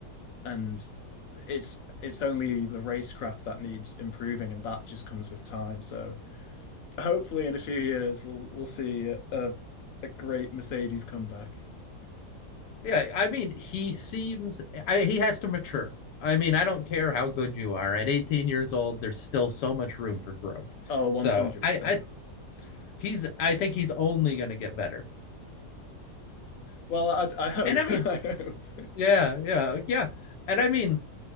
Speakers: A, on the left; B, on the left.
A: and it's it's only the racecraft that needs improving, and that just comes with time. So hopefully, in a few years, we'll we'll see a a great Mercedes comeback.
B: Yeah, I mean, he seems I, he has to mature. I mean, I don't care how good you are. At 18 years old, there's still so much room for growth.
A: Oh, 100%.
B: So I, I he's I think he's only going to get better.
A: Well, I I hope.
B: And I mean,
A: <laughs> I hope.
B: yeah, yeah, yeah. And I mean,